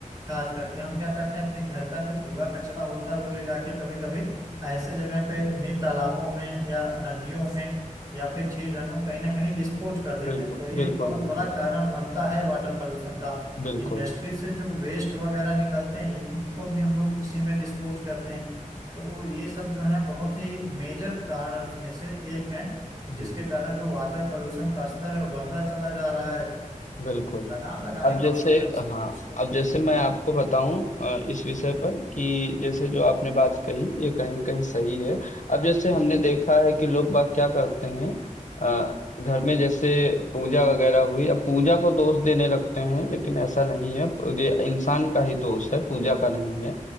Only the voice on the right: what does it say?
खास करके हम क्या करते हैं अपने घर का जो कूड़ा कचरा होता है वो ले जाके कभी कभी ऐसे जगह पे इन्हीं तालाबों में या नदियों में या फिर झील झरनों में कहीं ना कहीं डिस्पोज कर देते
हैं तो ये
एक बहुत
बड़ा कारण बनता है वाटर पोल्यूशन का
इंडस्ट्री से जो वेस्ट वगैरह निकलते हैं इनको भी हम लोग उसी में डिस्पोज करते हैं तो ये सब जो है बहुत ही मेजर कारणस में से एक है कि
जिसके कारण जो वाटर पोल्यूशन का स्तर है वो बढ़ता चला जा रहा है तो
लगाम लगाने
का
हो सकता है इस पे
कुछ तो
हाँ